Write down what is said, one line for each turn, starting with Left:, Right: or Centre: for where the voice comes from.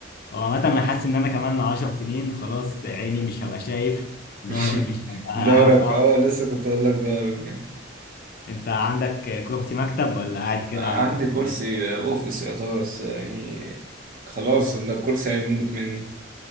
Left: هو عامة أنا حاسس إن أنا كمان 10 سنين خلاص عيني مش هبقى شايف
Right: <laughs>
Left: ظهري مش هبقى
Right: دارك
Left: هينفع
Right: اه لسه كنت اقول لك دارك يعني
Left: أنت عندك كرسي مكتب ولا قاعد كده
Right: عندي
Left: على كرسي
Right: كرسي اوفيس يا طارق بس يعني خلاص ده الكرسي هيموت مني